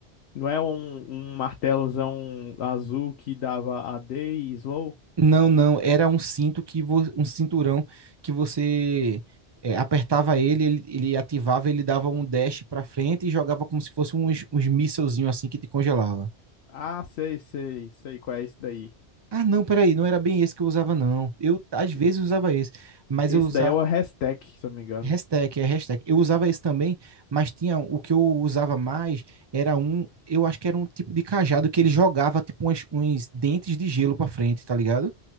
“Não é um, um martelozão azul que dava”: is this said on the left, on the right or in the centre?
Left